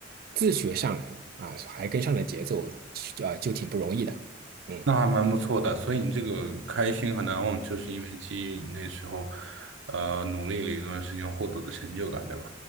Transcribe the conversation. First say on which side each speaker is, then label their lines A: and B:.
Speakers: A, on the right; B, on the right.
A: 自学上来了啊，还跟上了节奏啊，就挺不容易的。嗯，
B: 那还蛮不错的，所以你这个开心和难忘，就是因为基于你那时候，呃，努力了一段时间获得的成就感，对吧？